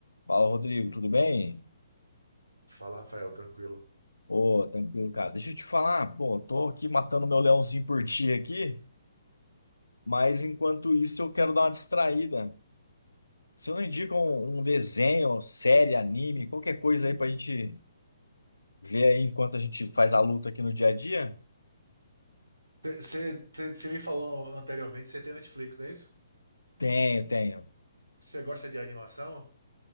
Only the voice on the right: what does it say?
Fala, Rafael, tranquilo.
Você me falou anteriormente, você tem Netflix, não é isso?
Você gosta de animação?